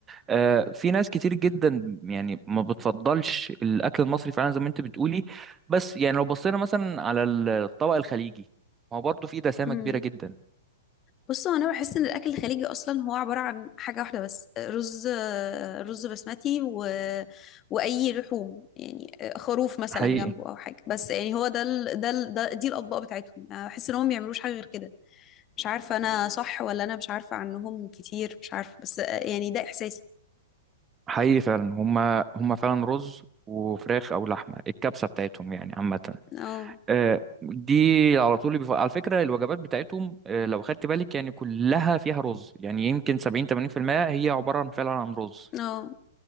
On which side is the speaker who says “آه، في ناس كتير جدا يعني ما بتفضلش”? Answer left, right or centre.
Right